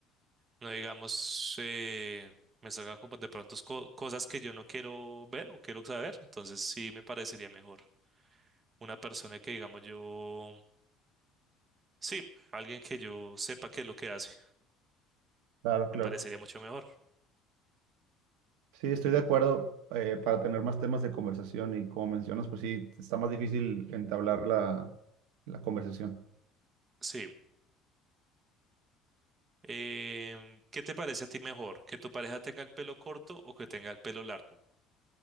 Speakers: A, on the right; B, on the right.
A: no digamos, eh, me salga como de pronto co- cosas que yo no quiero ver o quiero saber. Entonces sí me parecería mejor. una persona que digamos yo, sí, alguien que yo sepa qué es lo que hace,
B: Claro, claro.
A: me parecería mucho mejor.
B: Sí, estoy de acuerdo. eh, para tener más temas de conversación y como mencionas, pues sí, está más difícil entablar la, la conversación.
A: Sí. Em, ¿qué te parece a ti mejor? ¿Que tu pareja tenga el pelo corto o que tenga el pelo largo?